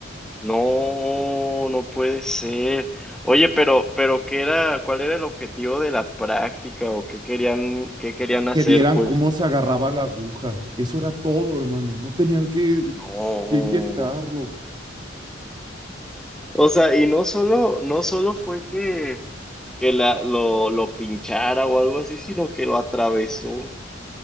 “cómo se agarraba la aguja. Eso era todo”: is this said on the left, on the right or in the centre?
Right